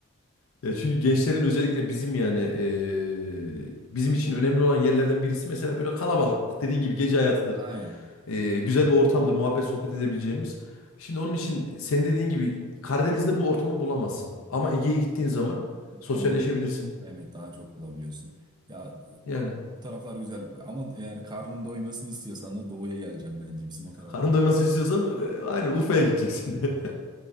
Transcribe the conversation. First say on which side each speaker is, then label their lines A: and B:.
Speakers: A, on the left; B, on the right.
A: Ya çünkü gençlerin özellikle bizim yani eee, bizim için önemli olan yerlerden birisi mesela böyle kalabalık dediğin gibi gece hayatıdır.
B: Aynen.
A: Eee, güzel bir ortamdır muhabbet sohbet edebileceğimiz. Şimdi onun için senin dediğin gibi Karadeniz'de bu ortamı bulamazsın. Ama
B: Yani
A: Ege'ye gittiğin zaman sosyalleşebilirsin.
B: onu evet daha çok bulabiliyorsun. Ya
A: Yani
B: bu taraflar güzel ama eğer karnın doymasını istiyorsan da doğuya geleceğim bence. Bizim o taraflara
A: karın
B: geleceğim.
A: doymasını istiyorsan eee, aynen Urfa'ya gideceksin. <laughs>